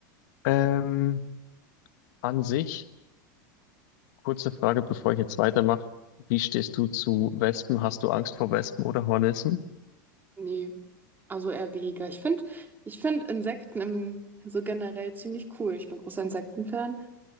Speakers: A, on the left; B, on the right.
A: Ähm, an sich, kurze Frage, bevor ich jetzt weitermache. Wie stehst du zu Wespen? Hast du Angst vor Wespen oder Hornissen?
B: nee. Also eher weniger. Ich finde, ich find Insekten im, so generell ziemlich cool. Ich bin großer Insektenfan,